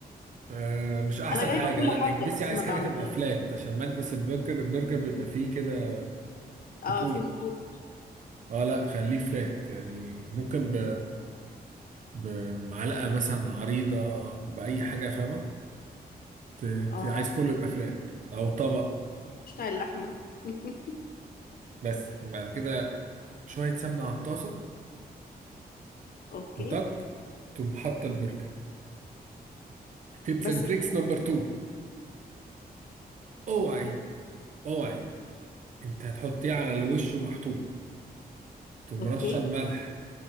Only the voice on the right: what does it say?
آه مش احسن
حاجه
لا
اكبسي
عايز
حاجه
تبقى فلات عشان مكبس البرجر البرجر بيبقى فيه كده
خطوط
اه لا خليه فلات يعني ممكن ب... بمعلقه مثلا عريضه باي حاجه فاهمه ت...
ت- عايز كله يبقى فلات او طبق
بس وبعد كده شويه سمنه على الطاسه
وتك تقوم حاطه البرجر تيبس
اند
تريكس نمبر 2 اوعي اوعي انت هتحطيه على الوش ومحطوط تقوم
رشه الملح